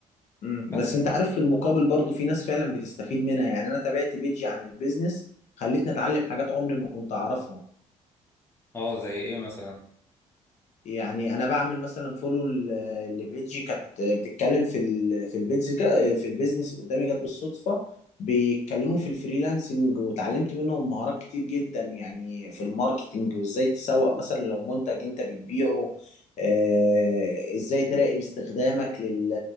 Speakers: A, on the left; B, on the left.
A: مم.
B: بس
A: بس انت عارف في المقابل برضو في ناس فعلا بتستفيد منها يعني انا تابعت بيجي عن البيزنس خلتني اتعلم حاجات عمري ما كنت اعرفها
B: اه زي ايه مثلا
A: يعني انا بعمل مثلا فولو ل- لبيجي كانت بتتكلم في ال- في البيز في البيزنس قدامي جت بالصدفه بيتكلموا في الفريلانسنج وتعلمت منهم مهارات كتير جدا يعني في الماركتنج وازاي تسوق مثلا لو منتج انت بتبيعه آه، ازاي تراقب استخدامك لل...